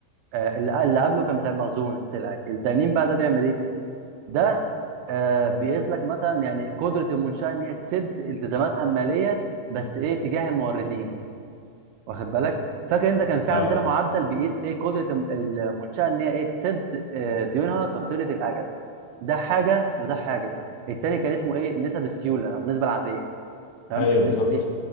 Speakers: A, on the right (about 80°); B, on the left (about 70°).
A: آه اللي اللي قبله كان بتاع المخزون السلعي الدائنين بقى ده بيعمل ايه ده آه بيقيس لك مثلا يعني قدره المنشاه ان هي تسد التزاماتها الماليه بس ايه تجاه الموردين واخد بالك فاكر انت كان في
B: اه
A: عندنا معدل بيقيس ايه قدره الم- المنشاه ان هي ايه تسد آه، ديونها قصيره الاجل ده حاجه وده حاجه التاني كان اسمه ايه نسب السيوله او النسبه العاديه تمام
B: ايوه
A: النسبه
B: بالظبط
A: ايه